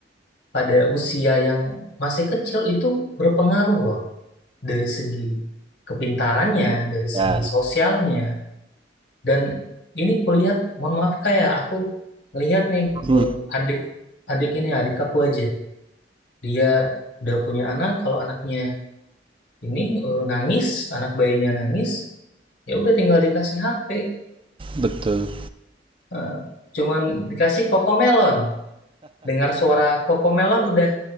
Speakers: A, on the left; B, on the right.
A: pada usia yang masih kecil itu berpengaruh loh dari segi kepintarannya, dari
B: Ya.
A: segi sosialnya. Dan ini kulihat, mohon maaf kayak aku ngelihat nih
B: Hmm,
A: eh, adik adik ini adik aku aja, dia udah punya anak, kalau anaknya ini eh, nangis anak bayinya nangis ya udah tinggal dikasih HP
B: betul
A: Eh, cuman dikasih kokomelon dengar suara kokomelon udah